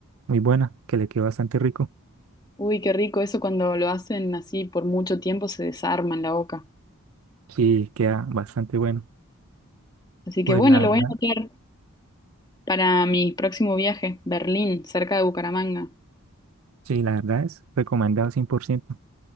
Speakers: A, on the right; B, on the left.
A: muy buena, que le quedó bastante rico.
B: Uy, qué rico eso cuando lo hacen así por mucho tiempo se desarma en la boca.
A: Sí, queda bastante bueno.
B: Así que
A: Pues
B: bueno,
A: la
B: lo
A: verdad,
B: voy a anotar para mi próximo viaje, Berlín, cerca de Bucaramanga.
A: sí, la verdad es recomendado 100%.